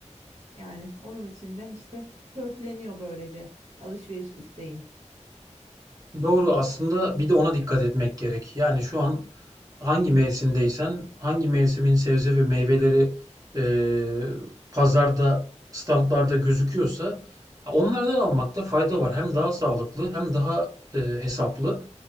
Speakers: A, on the right; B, on the right.
A: Yani onun için de işte törpüleniyor böylece alışveriş isteğim.
B: Doğru aslında bir de ona dikkat etmek gerek. Yani şu an hangi mevsimdeysen, hangi mevsimin sebze ve meyveleri eee, pazarda, standlarda gözüküyorsa onlardan almakta fayda var. Hem daha sağlıklı hem daha eee, hesaplı.